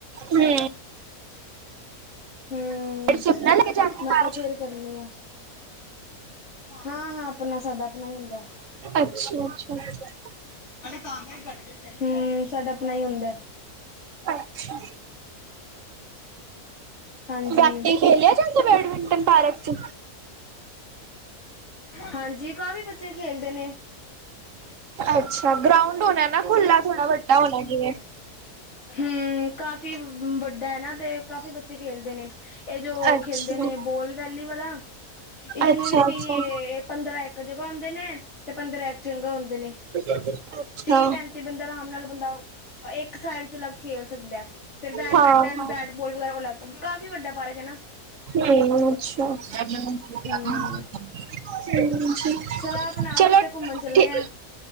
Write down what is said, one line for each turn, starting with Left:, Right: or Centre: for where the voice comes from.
Right: ਹਮ।
Left: ਹੂੰ
Right: ਹਮ ਸੁਪਨਾ ਲੈ ਕੇ ਜਾਂਦੀ
Left: ਮੈਂ
Right: ਬਾਹਰ
Left: ਕਿਹਾ ਫਿਰ ਕਰਨੀ ਆਂ। ਹਾਂ- ਹਾਂ ਆਪਣਾ ਸਾਡਾ ਆਪਣਾ ਹੀ ਹੁੰਦਾ। ਹੇ
Right: ਅੱਛਾ ਅੱਛਾ
Left: ਤਾਂਗ ਘੱਟ ਗਏ। ਹਮ ਸਾਡਾ ਆਪਣਾ ਹੀ ਹੁੰਦਾ।
Right: ਅੱਛਾ
Left: ਹਾਂਜੀ
Right: ਬੈਠ ਖੇਲਿਆ ਜਾਂਦਾ ਬੈਡਮਿੰੰਟਨ ਪਾਰਕ ਚ।
Left: ਹਾਂਜੀ ਕਾਫੀ ਬੱਚੇ ਖੇਲਦੇ ਨੇ।
Right: ਅੱਛਾ ਗਰਾਉਂਡ ਹੋਣਾ ਨਾ ਖੁੱਲਾ ਥੋੜ੍ਹਾ ਵੱਡਾ ਹੋਣਾ ਜਵੇਂ।
Left: ਹਮ ਕਾਫੀ ਵੱਡਾ ਹੈ ਨਾ ਤੇ ਕਾਫੀ ਬੱਚੇ ਖੇਲਦੇ ਨੇ। ਇਹ ਜੋ
Right: ਅੱਛਾ
Left: ਖੇਲਦੇ ਨੇ ਬੋਲ ਵੈਲੀ ਵਾਲਾ, ਇਸਨੇ
Right: ਅੱਛਾ
Left: ਵੀ
Right: ਅੱਛਾ
Left: ਤੀ ਇਹ ਪੰਦਰਾਂ ਇੱਕ ਜਗ੍ਹਾ ਹੁੰਦੇ ਨੇ, ਤੇ ਪੰਦਰਾਂ ਇੱਕ ਚੰਗਾ ਹੁੰਂਦੇ ਨੇ
Right: ਅੱਛਾ
Left: ਤੀਹ ਪੈਂਤੀ ਬੰਦਾ ਆਰਾਮ ਨਾਲ ਬੰਦਾ ਇੱਕ ਸਾਈਡ ਚ ਅਲੱਗ ਖੇਲ ਸਕਦਾ ਹੈ। ਫੇਰ ਬੈਡਮਿੰਟਨ
Right: ਹਾਂ ਹਮ
Left: ਬੈਟ ਬੋਲ ਵਗੈਰਾ ਅਲੱਗ ਕਾਫ਼ੀ ਵੱਡਾ ਪਾਰਕ ਹੈ ਨਾ
Right: ਹਮ, ਅੱਛਾ <unintelligible>
Left: ਹੂੰ ਸਲਾਹ ਬਣਾਓ
Right: ਚਲੋ
Left: ਕਿਤੇ ਘੁੰਮਣ ਚੱਲਣੇ
Right: ਠੀ
Left: ਆ